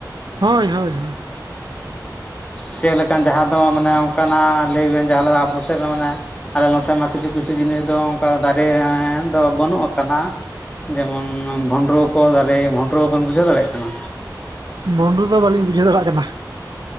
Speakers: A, on the right; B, on the left.
A: ᱦᱚᱸᱭ ᱦᱳᱭ ᱦᱳᱭ᱾
B: ᱪᱮᱫ ᱞᱮᱠᱟᱱ ᱡᱟᱦᱟᱸ ᱫᱚ ᱢᱟᱱᱮ ᱚᱱᱠᱟ ᱱᱟᱜ ᱞᱟᱹᱭ ᱵᱮᱱ ᱡᱟᱦᱟᱸ ᱞᱮᱠᱟ ᱟᱵᱩ ᱥᱮᱜ ᱨᱮ ᱢᱟᱱᱮᱼᱼ ᱟᱞᱮ ᱱᱚᱛᱮ ᱢᱟ ᱠᱤᱪᱷᱩ ᱠᱤᱪᱷᱩ ᱡᱤᱱᱤᱥ ᱫᱚ ᱚᱱᱠᱟ ᱫᱟᱨᱮ ᱮᱸ ᱫᱚ ᱵᱟᱹᱱᱩᱜ ᱟᱠᱟᱱᱟ᱾ ᱡᱮᱢᱚᱱ ᱵᱷᱩᱱᱰᱨᱩ ᱠᱚ ᱫᱟᱨᱮ ᱵᱷᱩᱱᱰᱨᱩ ᱵᱮᱱ ᱵᱩᱡᱷᱟᱹᱣ ᱫᱟᱲᱮᱭᱟᱜ ᱠᱟᱱᱟ᱾
A: ᱵᱚᱱᱰᱨᱩ ᱫᱚ ᱵᱟᱹᱞᱤᱧ ᱵᱩᱡᱷᱟᱹᱣ ᱫᱟᱲᱮᱭᱟᱜ ᱠᱟᱱᱟ᱾